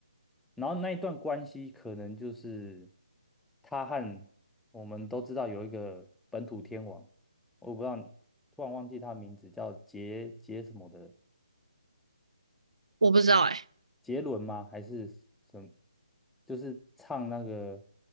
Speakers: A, in the centre; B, on the right.
A: 然后那一段关系可能就是他和我们都知道有一个本土天王，我不知道，突然忘记他名字叫杰杰什么的，
B: 我不知道哎、
A: 杰伦吗？还是什么就是唱那个